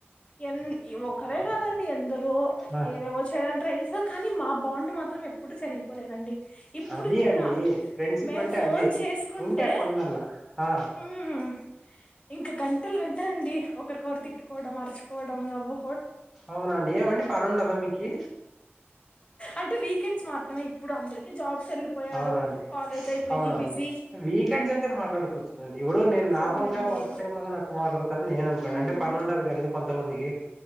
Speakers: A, on the left; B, in the centre.
A: ఎన్ ఒకరే కాదండి ఎందరో
B: ఆ
A: ఏవేవో చేయడానికి ట్రై చేశారు కానీ మా బాండ్ మాత్రం ఎప్పుడు చెరిగి పోలేదండి ఇప్పుడు
B: అది
A: కూడా
B: అండి ఫ్రెండ్షిప్
A: మేం
B: అంటే
A: ఫోన్
B: అది
A: చేసుకుంటే
B: ఉంటే అట్లా ఉండల్లా ఆ
A: హ్మ్ ఇంకా గంటలు గంటలండి ఒకరికొరు తిట్టు కోడం అర్చుకోడం నవ్వు
B: అవునాండి ఏమండి పనిఉండదా మీకి
A: అంటే వీకెండ్స్ మాత్రమే ఇప్పుడు అందరికి జాబ్స్ వెళ్ళిపోయారు
B: అవునాండి
A: కాలేజ్ అయిపోయింది
B: అవునాండి
A: బిజీ
B: అవనవులే వీకెండ్స్ అయితే మాట్లాడుకోవచ్చుకదండి ఇప్పుడు నేను నార్మల్
A: అవునండి
B: గా వర్క్ టైమ్లోగిన అట్లా మాట్లాడతారని నేనంటాను
A: హ్మ్
B: అంటే పని ఉండదు కదాని కొంతమందికి